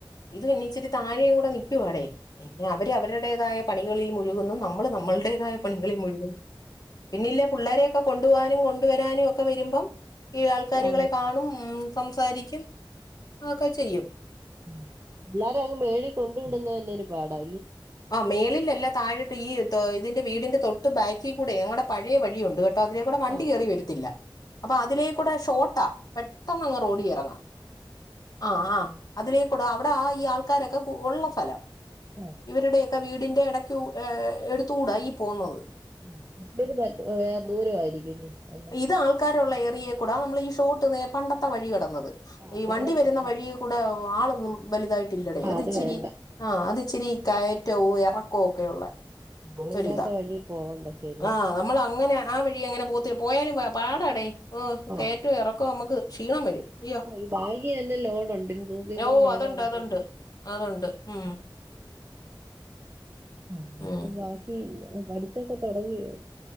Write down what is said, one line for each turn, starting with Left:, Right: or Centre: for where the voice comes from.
Left: ഇത് പിന്നെച്ചിരി താഴെയും കൂടെ നിക്കുവാടെ പിന്നെ അവര് അവരുടേതായ പണി കളിൽ മുഴുകുന്നു നമ്മള് നമ്മു ളുടേതായ പണികളിൽ മുഴുകുന്നു. പിന്നിയിലേ പുള്ളേര്യൊക്കെ കൊണ്ടുവാനും കൊണ്ടുവരാനും ഒക്കെ വരുമ്പം ഈ ആൾക്കാരുകളെ
Right: ആണ്
Left: കാണും ഉം സംസാരിക്കും ഒക്കെ ചെയ്യും.
Right: ഉം പിള്ളേരെ അങ്ങ് മേളിൽ കൊണ്ടു വിടുന്നതന്നെ ഒരു പാടാ
Left: ആ മേളിലല്ല താഴോട്ട് ഈ തൊ ഇതിന്റെ വീടിന്റെ തൊട്ടു ബാക്കി കൂടെ ഞങ്ങടെ പഴേ വഴിയുണ്ട്. കേ ട്ടോ അതിലേ കൂടെ വണ്ടി
Right: ആഹ്
Left: കേറി വരത്തില്ല. അപ്പൊ അതിലേ കൂടെ ഷോർട്ടാ പെ ട്ടന്നങ്ങ് റോഡി ഇറങ്ങാം. ആ ആ അതിലേക്കൂടെ അവിടെ ആ ഈ ആൾക്കാരൊക്കെ കൂ ഉള്ള സ്ഥലം.
Right: ഉം
Left: ഇവരുടെയൊക്കെ വീടിന്റെ എടയ്ക്കു എ് എടുത്തൂടാ ഈ പോന്നത്.
Right: ആ മറ്റത് <unintelligible> വേറെ ദൂരം ആയിരിക്കുംല്ലേ നല്ലം.
Left: ഇത് ആൾക്കാരുള്ള എറിയെ കൂടെ നമ്മൾ ഈ ഷോട്ട് നേ പണ്ടത്തെ വഴി കെടന്നത്.
Right: ആ അതേ
Left: ഈ വണ്ടി
Right: കൂടെ
Left: വരുന്ന
Right: പോയാ
Left: വഴി കൂടെ ആളൊന്നും വലുതായിട്ടില്ലടെ
Right: ആ
Left: അത് ഇച്ചിരി.
Right: വേണ്ട
Left: ആഹ് അത് ഇച്ചിരി കയറ്റവും എറക്കവും ഒക്കെ ഉള്ള.
Right: ആളില്ലാത്ത
Left: ഒരിതാ
Right: വഴി പോവണ്ട ശരിയാ
Left: ആ നമ്മൾ അങ്ങനെ ആ വഴി അങ്ങനെ പോത്തി പോയാലും പാടാടി.
Right: ആഹ്
Left: കേറ്റവും ഇറക്കവും നമുക്ക് ക്ഷീണം വരും. അയ്യോ
Right: ഈ ബായ്ഗ് തന്നെ ലോഡുണ്ട് തൂക്കികൊണ്ട്
Left: ഓ
Right: എവിടെ
Left: അതുണ്ട്
Right: വരെ
Left: അതുണ്ട്
Right: പോകും.
Left: അതുണ്ട് ഉം.
Right: ആ
Left: ഉം
Right: ഇപ്പൊ ബാക്കി പഠിച്ചൊക്കെ തുടങ്ങിയോ?